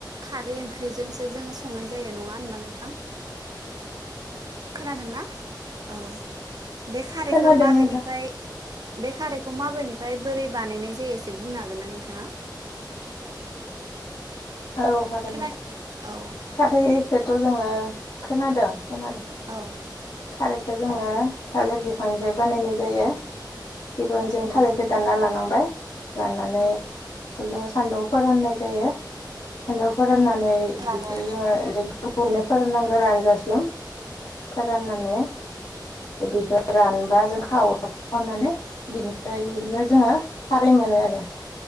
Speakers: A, on the right (about 55°); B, on the left (about 65°).
A: खारै ओंख्रिजोंसो जोङो संनाय जायो नङा होनबा नोंथां खोनादोंना औ बे खारैखो
B: खोनादों
A: माबेनिफ्राय
B: नोंथां
A: बे खारैखौ माबेनिफाय बोरै बानायनाय जायो एसे बुंनो हागोन ना नोंथाङा
B: औ हागोन
A: खोना
B: नोंथां
A: औ
B: खारै फेथ जोङो खोनादों खोनादों
A: औ
B: खारैखौ जोङो थालिर बिफांनिफ्राय बानायनाय जायो इबन
A: औ
B: जों
A: नंगौ
B: थालिरखो दानना लानांबाय राननानै
A: औ
B: खौ जोङो सान्दुंआव फोराननाय जायो सान्दाव फोराननानै
A: होननानै
B: बिखो जोङो एरैनो
A: औ
B: फोराननांगोन रानजासे हेल फोद राननानै बेखो रानबा जों खावो खावनानै बिनिफ्राय बिदिनो जोङो खारै मोनो आरो